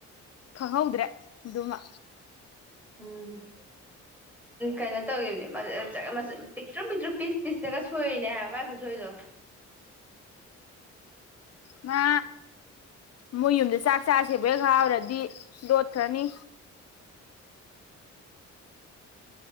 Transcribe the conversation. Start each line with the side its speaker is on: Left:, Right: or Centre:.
Left: ꯍꯧꯗ꯭ꯔꯦ ꯑꯗꯨꯃ
Centre: ꯎꯝ ꯀꯩꯅꯣ ꯇꯧꯈꯤꯕꯅꯦ ꯄꯤꯛꯇ꯭ꯔꯨ ꯄꯤꯛꯇ꯭ꯔꯨ ꯄꯤꯁ ꯄꯤꯁꯇꯒ ꯁꯣꯏꯔꯤꯅꯦ ꯍꯥꯏꯕ ꯃꯥꯏ ꯖꯣꯏꯗꯣ
Left: ꯉꯥ ꯃꯣꯏ ꯌꯨꯝꯗ ꯆꯥꯛ ꯆꯥꯁꯦꯕꯦꯛ ꯍꯥꯎꯔꯗꯤ ꯂꯣꯠꯈ꯭ꯔꯅꯤ